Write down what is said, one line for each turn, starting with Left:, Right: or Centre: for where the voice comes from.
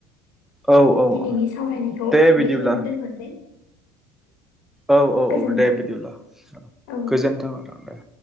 Centre: औ औ
Left: दिनैनि सावरायनायखौ
Centre: दे बिदिब्ला
Left: बेखिनिआवनो दोनथनसै
Centre: औ औ
Left: गोजोन्थों
Centre: औ दे बिदिब्ला
Left: औ
Centre: गोजोन्थों आरो दे